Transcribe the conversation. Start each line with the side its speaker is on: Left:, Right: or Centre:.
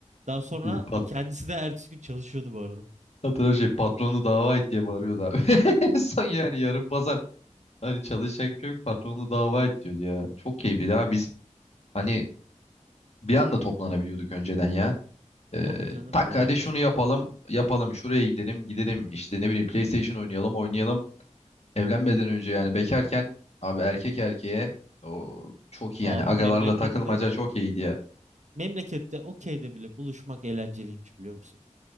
Right: Daha sonra
Left: Bir pat
Right: kendisi de ertesi gün çalışıyordu bu arada.
Left: hatırla şey patronu dava et diye bağırıyordu abi. <laughs> Son yani yarın pazar hani çalışacak bir şey yok patronu dava et diyordu ya. Çok keyifliydi abi biz hani bir anda toplanabiliyorduk önceden ya. Ee,
Right: Tabii canım
Left: tak
Right: ya.
Left: hadi şunu
Right: Ş-
Left: yapalım yapalım şuraya gidelim gidelim işte ne bileyim PlayStation oynayalım oynayalım. Evlenmeden önce yani bekarken abi erkek erkeğe o çok
Right: Abi
Left: iyi yani agalarla
Right: memlekette
Left: takılmaca çok iyiydi ya.
Right: memlekette okeyde bile buluşmak eğlenceliymiş biliyor musun?